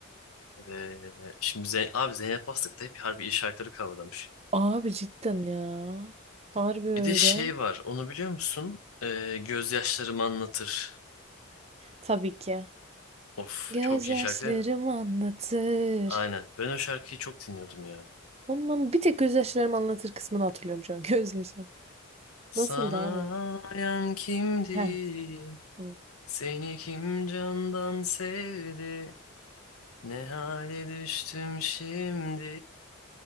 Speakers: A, on the left; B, on the right.
A: Ve şimdi Zeyn abi Zeynep Bastık da hep harbi iyi şarkıları coverlamış.
B: Abi cidden ya. Harbi öyle.
A: Bir de şey var onu biliyor musun? Ee, gözyaşlarım anlatır.
B: Tabii ki.
A: Of
B: Gözyaşlarım
A: çok iyi şarkı değil mi?
B: anlatır.
A: Aynen. Ben o şarkıyı çok dinliyordum ya.
B: ondan bir tek gözyaşlarım anlatır kısmını hatırlıyorum şu an. <laughs> Gözyaşlarım.
A: Sana
B: Nasıldı abi?
A: ağlayan kimdi?
B: Heh. Hı.
A: Seni kim candan sevdi? Ne hale düştüm şimdi?